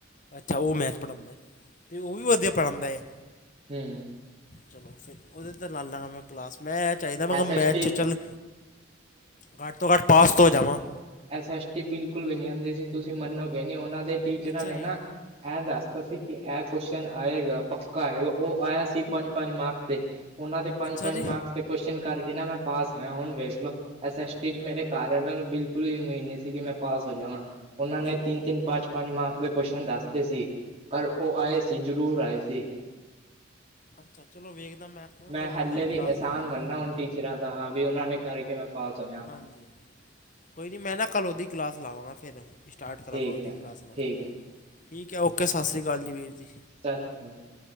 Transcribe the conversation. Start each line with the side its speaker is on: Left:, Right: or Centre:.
Left: ਅੱਛਾ ਉਹ ਮੈਥ ਪੜ੍ਹਉਂਦਾ ਅਤੇ ਉਹ ਵੀ ਵਧੀਆ ਪੜ੍ਹਾਉਂਦਾ ਏ।
Right: ਹੂੰ
Left: ਚਲੋ ਫਿਰ, ਉਹਦੇ ਤੇ ਲਾ ਲਾਂਗਾ ਮੈਂ ਕਲਾਸ। ਮੈਂ ਇਹ ਚਾਹੀਦਾ। ਮੈਂ ਕਿਹਾ
Right: ਐਸ ਐਸ
Left: ਮੈਥ
Right: ਟੀ
Left: 'ਚ ਚੱਲ ਘੱਟ ਤੋਂ ਘੱਟ ਪਾਸ ਤੋਂ ਹੋ ਜਾਵਾਂ।
Right: ਐਸ-ਐਸ ਟੀ ਬਿਲਕੁਲ ਵੀ ਨੀ ਆਦੀ ਸੀ। ਤੁਸੀਂ ਮੰਨੋਗੇ ਉਹਨਾਂ ਦੇ ਟੀਚਰਾਂ
Left: ਅੱਛਾ
Right: ਨੇ
Left: ਜੀ
Right: ਨਾ ਇਹ ਦੱਸਦਾ ਸੀ ਕਿ, ਇਹ ਕੁਸ਼ਨ ਆਏਗਾ ਪੱਕਾ ਆਏਗਾ। ਉਹ ਆਇਆ ਸੀ ਪੰਜ- ਪੰਜ ਮਾਰਕਸ ਦੇ ਉਹਨਾਂ ਤੇ ਪੰਜ
Left: ਅੱਛਾ
Right: -ਪੰਜ
Left: ਜੀ
Right: ਮਾਰਕਸ ਤੇ ਕੁਸ਼ਚਨ ਕਰਕੇ ਨਾ ਮੈਂ ਪਾਸ ਹੋਇਆ। ਹੁਣ ਵੇਖ ਲੋ ਐਸ ਐਸ
Left: ਹਮ,
Right: ਟੀ ਚ ਮੇਰੇ ਘਰ ਵਾਲਿਆ ਨੂੰ ਬਿਲਕੁਲ ਅਮੀਦ ਨ ਨਹੀਂ ਸੀ ਕਿ ਮੈਂ ਪਾਸ ਹੋ ਜਾਵਾਂ। ਉਹਨਾਂ ਨੇ
Left: ਚਲੋ
Right: ਤਿੰਨ-ਤਿੰਨ-ਪੰਜ ਪਜ ਮਾਰਕਸ ਦੇ ਕੁਸ਼ਚਨ ਦੱਸਦੇ ਸੀ ਪਰ ਉਹ ਆਏ ਸੀ ਜ਼ਰੂਰ ਆਏ ਸੀ।
Left: ਅੱਛਾ ਚਲੋ ਵੇਖਦਾ ਮੈਂ ਨਾ
Right: ਮੈਂ
Left: ਕੱਲ੍ਹ ਉਹਦੀ
Right: ਹਲੇੇ ਵੀ
Left: ਕਲਾਸ
Right: ਅਹਿਸਾਨ
Left: ਲਾਵਾਂਗਾ
Right: ਮੰਨਨਾ। ਉਹਨ ਟੀਚਰਾਂ ਦਾ ਹਾਂ ਵੀ ਉਹਨਾਂ ਨੇ ਕਰਕੇ ਮੈਂ ਪਾਸ ਹੋਇਆ।
Left: ਹਾਂਜੀ। ਕੋਈ ਨਹੀਂ ਮੈਂ ਨਾ ਕੱਲ੍ਹ ਉਹਦੀ ਕਲਾਸ ਲਾਵਾਂਗਾ। ਫਿਰ ਸਟਾਰਟ ਕਰਾਂਗਾ,
Right: ਠੀਕ
Left: ਉਹਦੀ
Right: ਹੈ
Left: ਕਲਾਸ ਲਾਉਣੀ।
Right: ਠੀਕ ਹੈ
Left: ਠੀਕ ਹੈ ਓਕੇ, ਸਤਿ ਸ਼੍ਰੀ ਅਕਾਲ ਜੀ ਵੀਰ ਜੀ।
Right: <unintelligible>